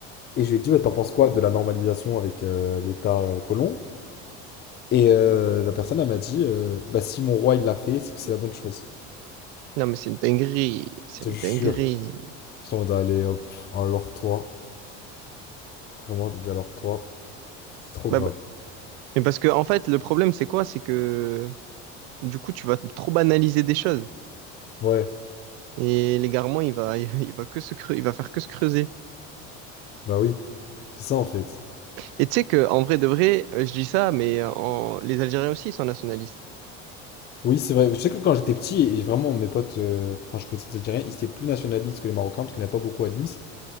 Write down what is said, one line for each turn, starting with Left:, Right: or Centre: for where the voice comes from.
Left: et je lui ai dit ouais, t'en penses quoi de la normalisation avec euh, l'État euh, colon? Et euh, la personne elle m'a dit euh, bah si mon roi il l'a fait c'est que c'est la bonne chose.
Right: Non, mais c'est une dinguerie, c'est
Left: Je
Right: une
Left: te jure.
Right: dinguerie.
Left: J'étais en mode allez hop alors toi vraiment je dis alors toi c'est trop
Right: Bah,
Left: grave.
Right: bah, mais parce que, en fait, le problème, c'est quoi? C'est que, du coup, tu vas trop banaliser des choses.
Left: Ouais
Right: Et l'égarement, il va, <laughs> il va que se creu- il va faire que se creuser.
Left: bah oui c'est ça en fait.
Right: Et tu sais que, en vrai de vrai, euh, je dis ça, mais en, les Algériens aussi, ils sont nationalistes.
Left: Oui c'est vrai je sais que quand j'étais petit et vraiment mes potes euh, enfin je connaissais des Algériens ils étaient plus nationalistes que les Marocains parce qu'il n'y en avait pas beaucoup à Nice